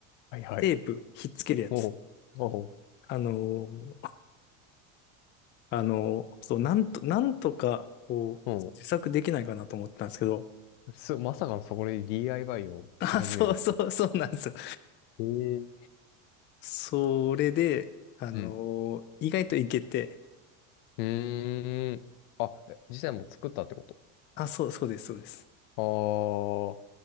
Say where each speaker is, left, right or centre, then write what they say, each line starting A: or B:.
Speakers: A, on the left; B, on the left.
A: はいはい。
B: テープ、ひっつけるやつ。
A: もう、も
B: あの、あの、そう、なんと、なんとか、こう、
A: う、も
B: 自作できないかなと思ったんですけど、
A: う、す、まさかのそこで DIY をし始めるってい
B: <laughs> あ、そうそうそうなんですよ。
A: う。ええ。
B: それで、あの、
A: うん。
B: 意外といけて、
A: うーん。あ、え実際もう作ったってこと
B: あ、そう、そうです、そうです。
A: ああ